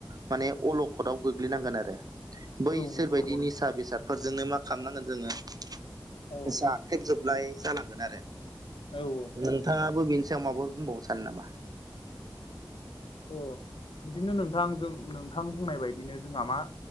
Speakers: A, on the right; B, on the left.
A: माने अलखदाव गोग्लैनांगोन आरो
B: औ
A: बैसोर
B: नंगौ
A: बायदि
B: नोंथां
A: निसा बेसादफोरजोंनो मा खालामनांगोन जोङो
B: औ
A: जा ख्रेबजोबलाय जालांगोन आरो
B: औ औ।
A: नोंथाङाबो बेनि सायाव माबाफोर बुंबावनो सानो नामा?
B: अ बिदिनो नोंथां जों नोंथां बुंनाय बायदिनो जोंहा मा